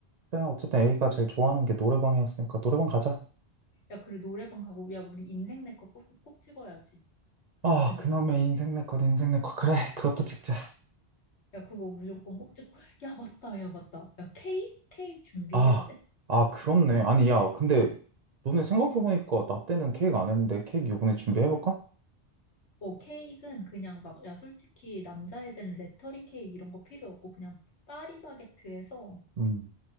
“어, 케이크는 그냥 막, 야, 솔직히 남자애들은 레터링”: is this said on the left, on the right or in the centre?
Left